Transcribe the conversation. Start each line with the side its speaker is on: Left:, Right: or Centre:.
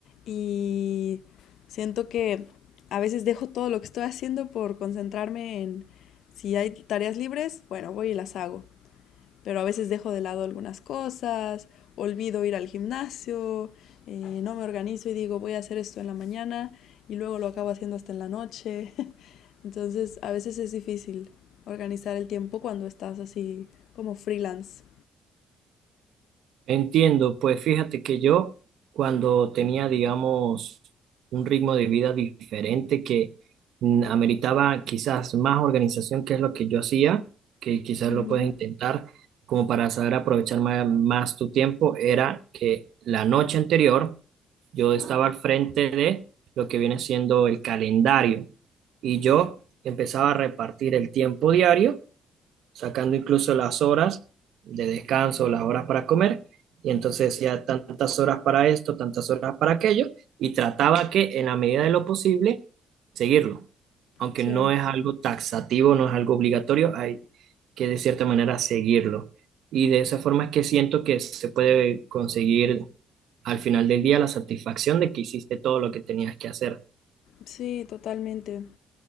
Left: y siento que a veces dejo todo lo que estoy haciendo por concentrarme en si hay tareas libres, bueno, voy y las hago pero a veces dejo de lado algunas cosas, olvido ir al gimnasio, eh, no me organizo y digo voy a hacer esto en la mañana y luego lo acabo haciendo hasta en la noche. <laughs> Entonces a veces es difícil organizar el tiempo cuando estás así como freelance.
Right: Entiendo, pues fíjate que yo cuando tenía, digamos, un ritmo de vida diferente que mm, ameritaba quizás más organización, que es lo que yo hacía, que quizás
Left: Uh -huh.
Right: lo puedes intentar como para saber aprovechar ma- más, tu tiempo, era que la noche anterior yo estaba al frente de lo que viene siendo el calendario y yo empezaba a repartir el tiempo diario sacando incluso las horas de descanso, las horas para comer, y entonces decía tantas horas para esto, tantas horas para aquello, y trataba que en la medida de lo posible seguirlo, aunque
Left: Sí,
Right: no es algo taxativo, no es algo obligatorio, hay que de cierta manera seguirlo. Y de esa forma es que siento que se puede conseguir al final del día la satisfacción de que hiciste todo lo que tenías que hacer.
Left: sí, totalmente.